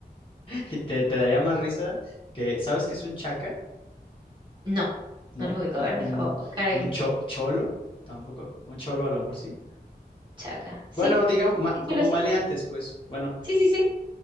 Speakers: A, on the left; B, on the right.
A: <laughs> Te, te daría más risa que, ¿sabes qué es un chaca?
B: No,
A: ¿No?
B: no los ubico. A ver,
A: Un,
B: deja buscar ahí.
A: un cho- cholo, tampoco, un cholo a lo mejor sí.
B: Chaca.
A: Bueno,
B: ¿Sí?
A: digamos, ma-
B: ¿Díselo
A: como
B: así?
A: maleantes, pues, bueno.
B: Sí, sí, sí.